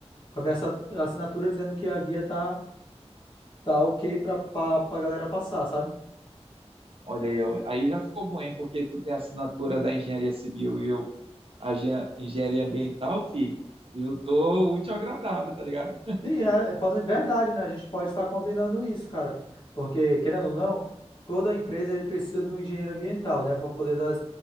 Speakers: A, on the left; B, on the right.
A: com a minha assa- assinatura dizendo que a via tá tá ok pra, pra, pra galera passar, sabe?
B: Olha aí, ó. aí já ficou bom, hein? Porque tu tem a assinatura da engenharia civil e eu a gen- engenharia ambiental, fi. Eu tô útil ao agradável, tá ligado?
A: Sim, é, é falando de verdade, né? A gente pode estar combinando isso, cara. Porque, querendo ou não, toda empresa ele precisa de um engenheiro ambiental, né? Para poder dar,